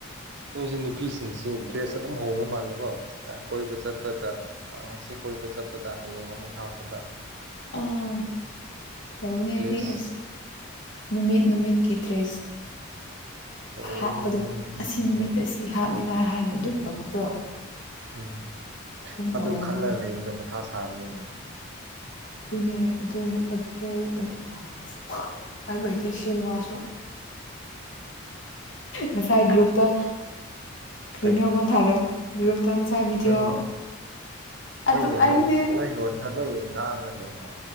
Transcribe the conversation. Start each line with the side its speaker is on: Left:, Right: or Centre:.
Right: ꯅꯣꯏꯁꯤ ꯅꯨꯄꯤꯁꯤꯡꯁꯤ ꯗ꯭ꯔꯦꯁ ꯑꯗꯨꯝ ꯍꯣꯡꯕ ꯃꯥꯜꯂꯦꯀꯣ ꯀꯣꯏꯕ ꯆꯠꯄꯗ ꯉꯁꯤ ꯀꯣꯏꯕ ꯆꯠꯄꯗ ꯍꯌꯦꯡ ꯑꯃꯨꯛ ꯍꯥꯞꯄꯗ
Left: ꯑꯥ ꯇꯧꯕꯅꯦ ꯑꯩꯗꯤ
Right: ꯗ꯭ꯔꯦꯁ
Left: ꯑꯁ ꯅꯨꯃꯤꯠ ꯅꯨꯃꯤꯠꯀꯤ ꯗ꯭ꯔꯦꯁ
Right: ꯂꯣꯏꯔꯦꯍꯦ
Left: ꯍꯥꯞꯄꯗꯣ
Right: ꯃꯣꯏ ꯅꯨꯄꯤꯁꯤꯡꯁꯦ
Left: ꯑꯁꯤ ꯅꯨꯃꯤꯠ ꯑꯁꯤ ꯍꯥꯞ ꯍꯥꯞꯅꯤꯡꯉꯥꯏ ꯍꯥꯏꯅ ꯑꯗꯨ ꯇꯧꯕꯧꯕꯗꯣ
Right: ꯎꯝ ꯑꯗꯨ
Left: ꯇꯧꯒꯟꯕꯅꯦ
Right: ꯈꯜꯂꯒ ꯂꯩꯕꯗ ꯃꯊꯥ ꯁꯥꯕꯅꯤꯅꯦ
Left: ꯑꯗꯨꯅꯦ ꯑꯗꯨ ꯑꯗꯨꯕꯨ ꯑꯁ ꯍꯥꯏꯕ ꯍꯩꯇꯦꯁꯤ ꯋꯥꯁꯨ
Right: <inaudible>
Left: ꯉꯁꯥꯏ ꯒ꯭ꯔꯨꯞꯇ ꯀꯔꯤꯅꯣ
Right: ꯀꯔꯤ
Left: ꯑꯃ ꯊꯥꯔꯛ ꯒ꯭ꯔꯨꯞꯇ ꯉꯁꯥꯏ ꯚꯤꯗꯤꯑꯣ
Right: ꯍꯣꯏꯅꯦ ꯍꯣꯏꯅꯦ
Left: ꯑꯗꯨ ꯑꯩꯅꯦ
Right: ꯅꯣꯏ ꯅꯣꯏ ꯂꯣꯟꯗ ꯅꯣꯏ ꯉꯥꯡꯔ ꯂꯩꯅꯦ